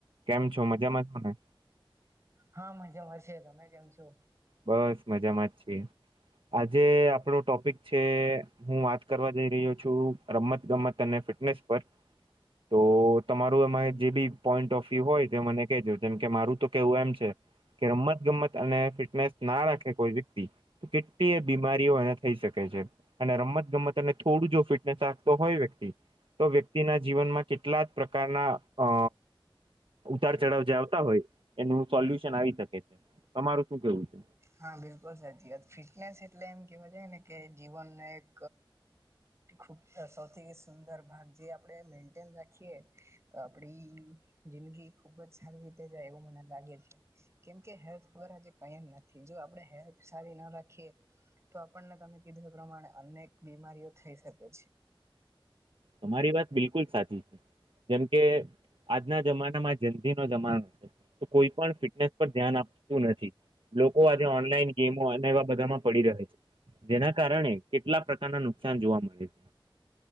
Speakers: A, on the right; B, on the right.
A: કેમ છો મજામાં છો ને
B: હા મજામાં છે તમે કેમ છો
A: બસ મજામાં જ છીએ આજે આપણો ટોપિક છે હું વાત કરવા જઈ રહ્યો છું રમત ગમત અને ફિટનેસ બસ તો તમારું એમાં જે બી પોઈન્ટ ઓફ વ્યુ હોય તે મને કજો જેમ કે મારું તો કેવું એમ છે કે રમત ગમત અને ફિટનેસ ના રાખે કોઈ વ્યક્તિ કેટલી એ બીમારીઓ એને થઈ શકે છે અને રમત ગમત અને થોડું જો ફિટનેસ રાખતો હોય વ્યક્તિ તો વ્યક્તિના જીવનમાં કેટલા જ પ્રકારના અ ઉતાર ચઢાવ જે આવતા હોય એનું સોલ્યુશન આવી શકે છે તમારું શું કેવું છે
B: હા બિલકુલ સાચી વાત ફિટનેસ એટલે એમ કેવા છે ને કે જીવનને એક ખૂબ સૌથી સુંદર ભાગ જે આપણેે મેન્ટેન રાખીએ તો આપડી જિંદગી ખુબ જ સારી રીતે જાય એવું મને લાગે છે કેમકે હેલ્થ વગરજે કઈ નથી જો આપણે હેલ્થ સારી ના રાખીએ તો આપણને તમે કીધું એ પ્રમાણે અનેક બીમારીઓ થઈ શકે છે
A: તમારી વાત બિલકુલ સાચી છે જેમ કે આજના જમાનામાં જની નો જમાનો છે તો કોઈ પણ ફિટનેસ પર ધ્યાન આપતું નથી લોકો આજે ઓનલાઈન ગેમો અને એવા બધામાં પડી રહે છે જેના કારણે કેટલા પ્રકારના નુકસાન જોવા મળે છે